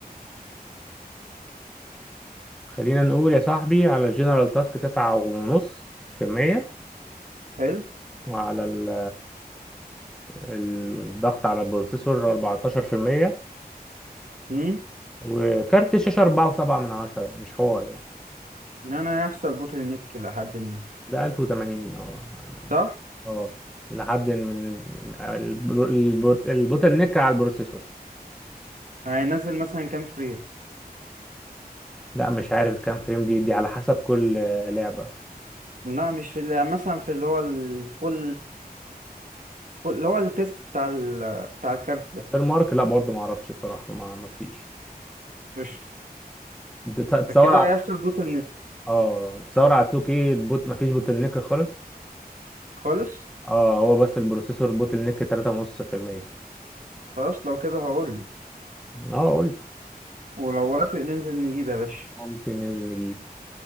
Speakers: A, in the centre; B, on the right (about 55°).
A: خلينا نقول يا صاحبي على الجنرال تاسك تسعة ونص في المية
B: حلو
A: وعلى ال- الضغط على البروسيسور أربعتاشر في المية
B: امم
A: وكارت الشاشة أربعة وسبعة من عشرة يعني مش حوار يعني
B: ان انا هيحصل بوتل نيك لحد ما
A: ده ألف وتمانين اه
B: صح
A: اه لحد من البرو- البرو- البوتل نيك على البروسيسور
B: هينزل مثلا كام فريم
A: لا مش عارف كام فريم دي دي على حسب كل آه، لعبة
B: لا مش في ال- يعني مثلا في اللي هو الفول اللي هو التيست بتاع ال... بتاع الكارت ده
A: غير مارك لا برضه ما اعرفش الصراحة ما مفتيش
B: قشطة
A: تصور
B: فكده
A: على
B: هيحصل بوتل نت
A: اه تصور على 2K البوت ما فيش بوتل نيك خالص
B: خالص
A: اه هو بس البروسيسور بوتل نيك 3.5%
B: خلاص لو كده هقول له
A: اه قلت
B: ولو وافق ننزل نجيب يا باشا
A: ممكن ننزل نجيب